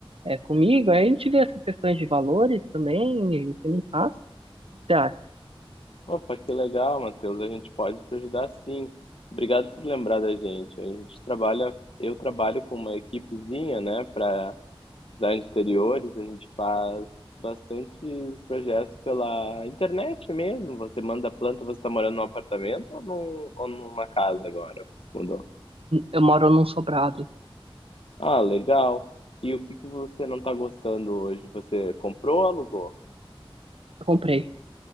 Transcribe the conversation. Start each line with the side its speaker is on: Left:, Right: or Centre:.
Right: é, comigo. Aí a gente vê essas questões de valores também e você me passa. Tá,
Left: Opa, que legal, Matheus. A gente pode te ajudar sim. Obrigado por lembrar da gente. A gente trabalha, eu trabalho com uma equipezinha, né, para design de interiores. A gente faz bastantes projetos pela internet mesmo. Você manda a planta, você está morando num apartamento ou, num, ou numa casa agora? Você se mudou?
Right: eu moro num sobrado.
Left: Ah, legal. E o que que você não está gostando hoje? Você comprou ou alugou?
Right: Eu comprei.